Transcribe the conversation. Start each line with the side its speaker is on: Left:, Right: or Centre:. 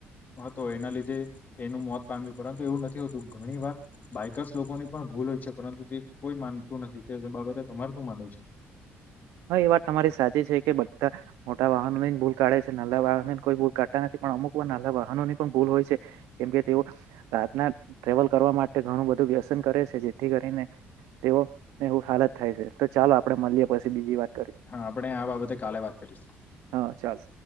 Left: તો એના લીધે એનું મોત પામ્યું પરંતુ એવું નથી હોતું ઘણી વાર બાઈકર્સ લોકોની પણ ભૂલ હોય છે પરંતુ તે કોઈ માનતું નથી તે બાબતે તમાર શું માનવું છે?
Right: હા એ વાત તમારી સાચી છે કે બધા મોટા વાહનોની ભૂલ કાઢે છે નાલા વાહનોને કોઈ ભૂલ કરાતા નથી પણ અમુક વાર નાલા વાહનોની પણ ભૂલ હોય છે કેમ કે તેઓ રાતના ટ્રેવલ કરવા માટે ઘણું બધું વ્યસન કરે છે જેથી કરીને તેવો ને હું હાલત થાય છે તો ચાલો આપડે મળીએ પછી બીજી વાર
Left: હા આપણે આ બાબતે કાલે વાત કરીશું.
Right: હા ચાલો